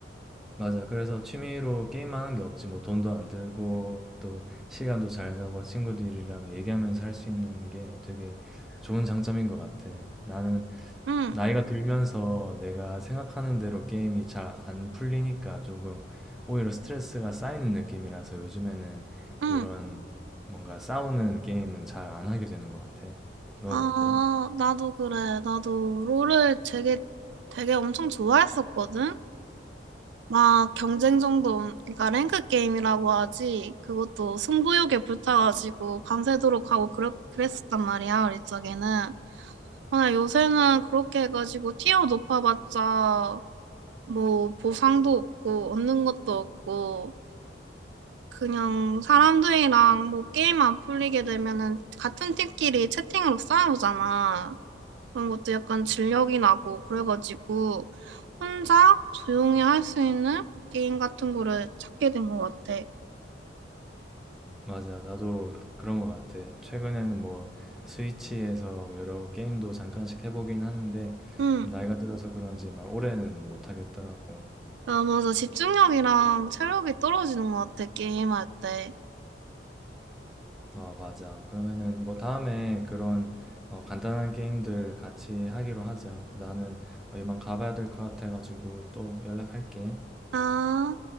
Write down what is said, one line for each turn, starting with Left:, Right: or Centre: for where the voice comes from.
Centre: 맞아. 그래서 취미로 게임하는 게 없지. 뭐 돈도 안 들고 또 시간도 잘 가고 친구들이랑 얘기하면서 할 수 있는 게 되게 좋은 장점인 것 같아. 나는
Right: 응,
Centre: 나이가 들면서 내가 생각하는 대로 게임이 잘 안 풀리니까 조금 오히려 스트레스가 쌓이는 느낌이라서 요즘에는 그런
Right: 응.
Centre: 뭔가 싸우는 게임은 잘 안 하게 되는 것 같아. 넌
Right: 아,
Centre: 어때?
Right: 나도 그래. 나도 롤을 되게, 되게 엄청 좋아했었거든? 막 경쟁 정도, 그러니까 랭크 게임이라고 하지, 그것도 승부욕에 불타가지고 밤새도록 하고 그랬, 그랬었단 말이야, 우리 쪽에는. 근데 요새는 그렇게 해가지고 티어 높아봤자 뭐 보상도 없고 얻는 것도 없고 그냥 사람들이랑 뭐 게임 안 풀리게 되면은 같은 팀끼리 채팅으로 싸우잖아. 그런 것도 약간 진력이 나고 그래가지고 혼자 조용히 할 수 있는 게임 같은 거를 찾게 된 것 같아.
Centre: 맞아, 나도 그런 것 같아. 최근에는 뭐 스위치에서 여러 게임도 잠깐씩 해보긴 하는데
Right: 응.
Centre: 나이가 들어서 그런지 막 오래는 못 하겠더라고.
Right: 아, 맞아. 집중력이랑 체력이 떨어지는 것 같아, 게임할 때.
Centre: 어, 맞아. 그러면은 뭐 다음에 그런 어, 간단한 게임들 같이 하기로 하자. 나는 어, 이만 가봐야 될 것 같아가지고 또 연락할게.
Right: 아.